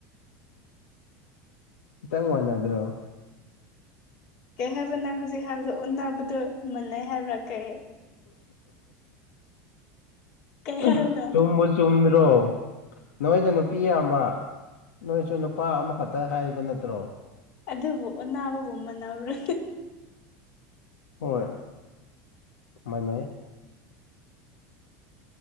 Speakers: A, on the left (about 85°); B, on the left (about 60°).
A: ꯆꯪ ꯋꯥꯅꯤꯗꯣ
B: ꯀꯩ ꯍꯥꯏꯕꯅ ꯍꯧꯖꯤꯛ ꯍꯥꯏꯕꯗꯣ ꯎꯟꯅꯕꯗꯨ ꯃꯟꯅꯩ ꯍꯥꯏꯕ꯭ꯔꯥ ꯀꯩ ꯀꯩ
A: ꯑꯗꯨꯣ
B: ꯍꯥꯏꯕꯅꯣ
A: ꯃꯁ ꯆꯨꯝꯗ꯭ꯔꯣ ꯅꯣꯏꯗ ꯅꯨꯄꯤ ꯑꯃ ꯅꯣꯏꯁꯨ ꯅꯨꯄꯥ ꯑꯃꯈꯛꯇ ꯍꯥꯏꯕ ꯅꯠꯇ꯭ꯔꯣ
B: ꯑꯗꯨꯕꯨ ꯑꯣꯟꯅꯕꯕꯨ ꯃꯥꯟ꯭ꯔꯨ
A: ꯍꯣꯏꯥꯟꯅꯩ